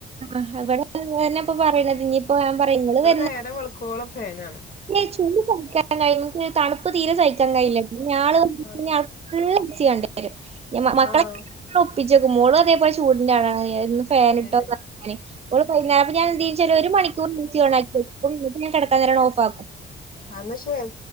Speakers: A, on the right; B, on the left.
A: ആ ഇവിടെ അതന്നെ ഇപ്പൊ പറയണത്. ഇനിയിപ്പോ ഞാൻ പറേന്നത് നിങ്ങള്
B: ഇവിടെ
A: വരുന്ന
B: നേരം വെളുക്കോളം ഫാനാണ്
A: ന്നെ ചൂടു കൂടിയ ടൈമ് ന്നെ തണുപ് പ്പ് തീരെ സഹിക്കാൻ കഴിയില്ല. പിന്നെയാള്
B: ആഹ്
A: പിന്നെയളിത് ചെയ്യാനുണ്ടേ നു ഞാ മ മക്കളെ
B: ആഹ്
A: <unintelligible> ഒപ്പിച്ചക്കും. മോളും അതേ പോലെ ചൂടിന്റെ ആളാണ് ഒന്നു ഫാനിട്ടു
B: അതന്നെ
A: നോക്കാന്. അവളു <unintelligible> ഞാൻ എന്ത് ചെയ്ച്ചാലും ഒരു മണിക്കൂറ് മിക്സി ഓണാക്കി വെയ്ക്കും. എന്നിട്ട് ഞാൻ കിടക്കാൻ നേരം ഓഫാക്കി വെയ്ക്കും.
B: അന്നാ ശരി